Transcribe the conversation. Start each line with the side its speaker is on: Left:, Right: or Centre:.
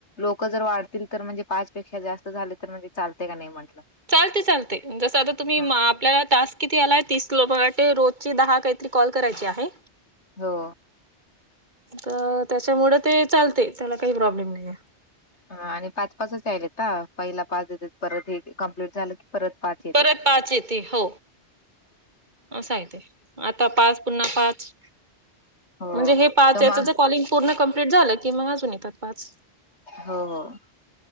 Left: लोक जर वाढतील तर म्हणजे पाच पेक्षा जास्त झाले तर म्हणजे चालते का नाही म्हंटलं.
Right: चालते चालते जसं आता तुम्ही
Left: हा
Right: माप. आपल्याला टास्क किती आलाय तीस लो मराे रोज ची दहा काहीतरी कॉल करायची आहे.
Left: हो.
Right: तर त्याच्यामुळे ते चालते त्याला काही प्रॉब्लेम नाही.
Left: ह आणि पाच पाचच आलेत का पहिला पाच देतात परत हे कमप्लीट झालं की. परत पाच ये
Right: परत पाच येते हो. अस हाय ते. आता पाच. पुन्हा पाच
Left: हो
Right: म्हणजे हे पाच
Left: तुम
Right: याचच
Left: हो
Right: कॉलिंग -- पूर्ण कंम्प्लीट झालं की मग अजून येतात पाच.
Left: हो. हो.